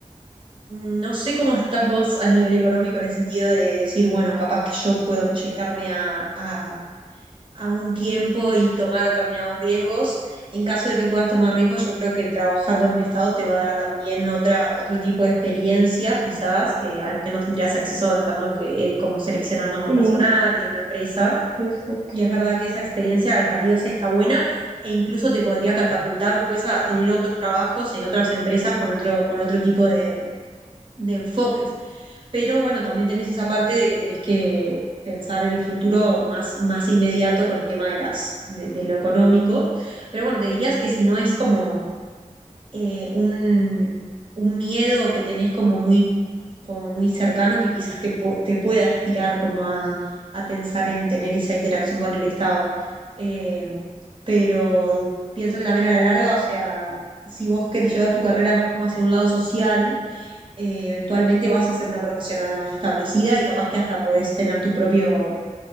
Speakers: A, on the right; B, on the right.
A: mm, no sé cómo estás vos a nivel económico en el sentido de decir, bueno, capaz que yo puedo proyectarme a, a a un tiempo y tomar determinados riesgos. En caso de que puedas tomar riesgos, yo creo que trabajar con el Estado te va a dar también otra, otro tipo de experiencias, quizás, que a las que no tendrías acceso estando que, eh, como seleccionando más
B: Sí,
A: personal y en una empresa.
B: sí, es cierto.
A: Y es verdad que esa experiencia es valiosa y está buena, e incluso te podría catapultar después a tener otros trabajos en otras empresas con otro, con otro tipo de, de enfoques pero bueno, también tenés esa parte de que tenés que pensar en el futuro más, más inmediato con el tema de las, de, de lo económico. Pero bueno, te dirías que si no es como eh, un, un miedo que tenés como muy, como muy cercano, que quizás te, pu- te puedas tirar como a, a pensar en tener esa interacción con el Estado. Eh, pero pienso que también a la larga, o sea, si vos querés llevar tu carrera más como hacia un lado social, eh, eventualmente vas a ser una profesional más establecida y capaz que hasta podés tener tu propio,